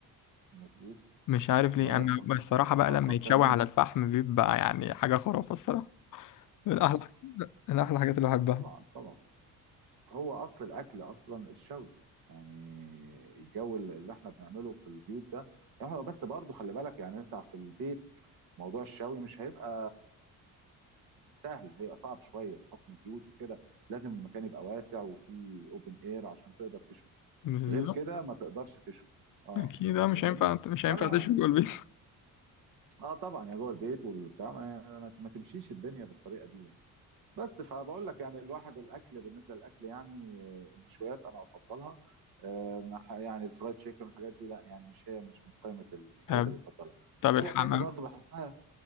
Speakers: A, on the right (about 85°); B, on the left (about 60°).
A: مظبوط
B: مش عارف ليه
A: ما انا
B: انا
A: بس
B: بس الصراحه بقى
A: ما
B: لما
A: تفكرنيش
B: يتشوي على الفحم بيبقى يعني حاجه خرافه الصراحه من احلى <laughs> من احلى الحاجات اللي بحبها
A: طبعا طبعا هو اصل الاكل اصلا الشوي يعني الجو اللي احنا بنعمله في البيوت ده يعني هو بس برضه خلي بالك يعني انت في البيت موضوع الشوي مش هيبقى سهل هي صعب شويه بحكم البيوت وكده لازم المكان يبقى واسع وفيه اوبن اير عشان تقدر تشوي
B: بالظبط
A: غير كده ما تقدرش تشوي اه
B: اكيد
A: يعني
B: آه،
A: فاهمني
B: مش هينفع مش
A: فانا
B: هينفع تشوي جوه البيت
A: اه طبعا يا جوه البيت والبتاع ما, ما ما تمشيش الدنيا بالطريقه دي يعني بس فبقول لك يعني الواحد الاكل بالنسبه للاكل يعني آه، المشويات انا افضلها آه، ما ح- يعني الفرايد تشيكن والحاجات دي لا يعني مش هي مش من قائمه الحاجات
B: <laughs> طب
A: اللي بفضلها
B: طب الحمام
A: حاجه تاني برضو بحبها